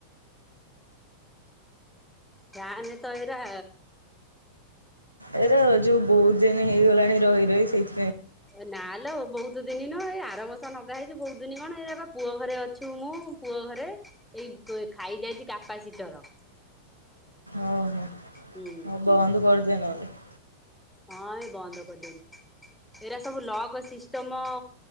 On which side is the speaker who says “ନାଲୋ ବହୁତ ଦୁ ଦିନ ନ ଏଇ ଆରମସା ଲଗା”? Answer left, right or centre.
Centre